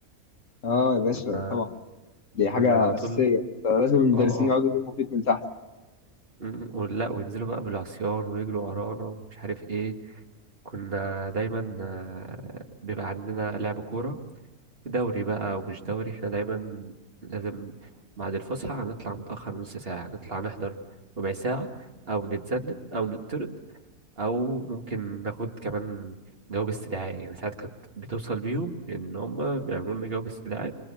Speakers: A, on the left; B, on the right.
A: اه يا باشا
B: كنا
A: طبعا دي حاجه
B: كنا على طول
A: اساسيه لازم المدرسين
B: اه اه
A: يقعدوا يلموا فيك من تحت
B: م- م- ولا وينزلوا بقى بالعصيان ويجروا ورانا ومش عارف ايه كنا دايما آه، بيبقى عندنا لعب كورة دوري بقى ومش دوري احنا دايما لازم بعد الفسحة هنطلع متأخر نص ساعة نطلع نحضر ربع ساعة أو نتذنب أو نطرد او ممكن ناخد كمان جواب استدعاء يعني ساعات كانت بتوصل بيهم ان هم بيعملوا لنا جواب استدعاء